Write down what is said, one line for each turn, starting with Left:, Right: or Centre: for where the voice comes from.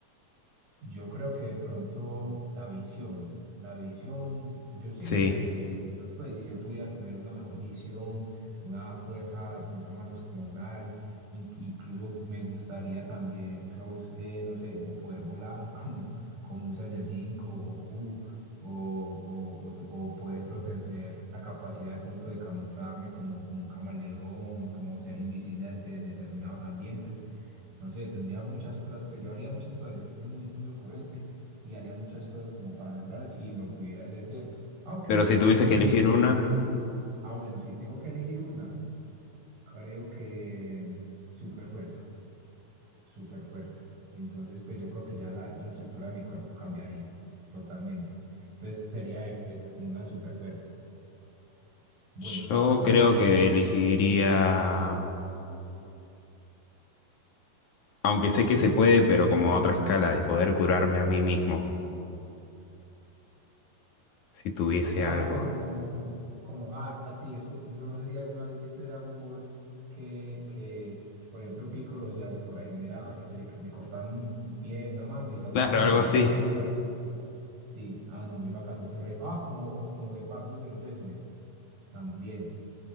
Right: Yo creo que de pronto la visión, la visión, yo sí
Left: Sí,
Right: mejoraría muchas cosas, pues si yo pudiera tener una mejor visión, una fuerza de pronto más descomunal, in- incluso me gustaría también, Klaus, eh, no sé, vo- poder volar <laughs> como, como un Saiyajin, como Goku, o, o, o, t- o, por ejemplo tener la capacidad de pronto de camuflarme como, como un camaleón, como ser invisible ante determinados ambientes no sé, tendría muchas cosas, pues yo haría muchas cosas, yo soy muy, muy ocurrente y haría muchas cosas como para mejorar si lo pudiera hacer, ¿cierto? Aunque
Left: pero si
Right: soy
Left: tuviese
Right: muy conforme.
Left: que elegir una,
Right: Ah, bueno, si tengo que elegir una, creo que super fuerza, super fuerza. Entonces, pues yo creo que ya la, la estructura de mi cuerpo cambiaría totalmente. Entonces sería esa, como una super fuerza. Bueno,
Left: yo
Right: te voy a preguntar
Left: creo
Right: otra
Left: que
Right: cosa.
Left: elegiría...
Right: Sí.
Left: Aunque sé que se puede, pero como a otra escala de poder curarme a mí mismo, si tuviese
Right: Ah,
Left: algo.
Right: bueno, como, como, ah, sí, eso, eso no sé si alguna vez viste Dragon Ball que, que, por ejemplo, Piccolo se autorregeneraba, que se le, le cortaban un, un pie, una mano y se autorregeneraba
Left: Claro, algo así.
Right: como una lagartija. Sí, ah, no, muy bacano, autorre- Ah, como, o como Gepardo el de los X-Men, también,